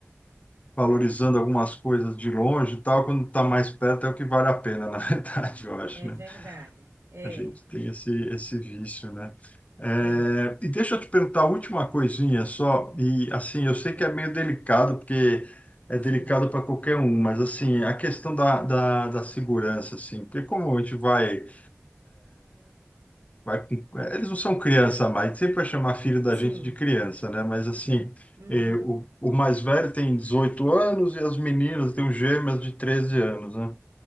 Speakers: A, on the left; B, on the right.
A: valorizando algumas coisas de longe e tal, quando está mais perto é o que vale a pena, <laughs> na verdade, eu acho,
B: é
A: né?
B: verdade, é,
A: A gente tem esse, esse vício, né? É,
B: é,
A: e deixa eu te perguntar a última coisinha só, e assim, eu sei
B: é,
A: que é meio delicado, porque é
B: sim,
A: delicado para qualquer um, mas assim, a questão da, da, da segurança, assim, porque como a gente vai, vai com- é, eles não são criança mais, sempre vai chamar filho da
B: sim,
A: gente de criança, né? Mas assim,
B: uhum.
A: é, o, o mais velho tem 18 anos e as meninas têm os gêmeas de 13 anos, né?